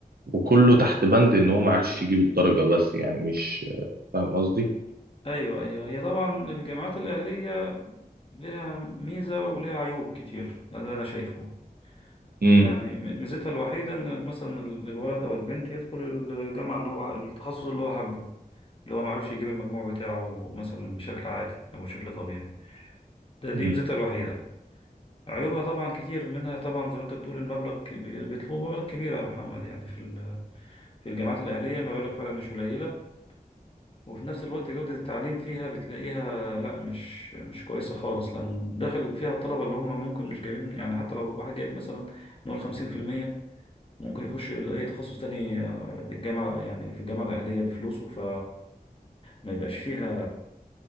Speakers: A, on the right (about 80°); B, on the left (about 35°).
A: وكله تحت بند إن هو معرفش يجيب الدرجة بس يعني مش فاهم قصدي؟
B: ايوه ايوه هي طبعا الجامعات الأهلية لها ميزة ولها عيوب كتير ده اللي انا شايفه
A: امم
B: يعني م- ميزتها الوحيدة إن مثلا ال- الولد أو البنت يدخل الجامعة اللي هو التخصص اللي هو حبه اللي هو معرفش يجيب المجموع بتاعه مثلا بشكل عادي أو بشكل طبيعي ده دي
A: امم
B: ميزتها الوحيدة عيوبها طبعا كتير منها طبعا زي ما أنت بتقول المبلغ كبي- بيطلبوا مبالغ كبيرة يا محمد يعني في ال- في الجامعات الأهلية مبالغ فعلا مش قليلة وفي نفس الوقت جودة التعليم فيها بتلاقيها لا مش مش كويسة خالص لأن داخل فيها الطلبة اللي هم ممكن مش جايبين يعني حتى لو واحد جايب مثلا نقول 50% ممكن يخش اي تخصص تاني آه، بالجامعة يعني في الجامعة الأهلية بفلوسه ف ما يبقاش فيها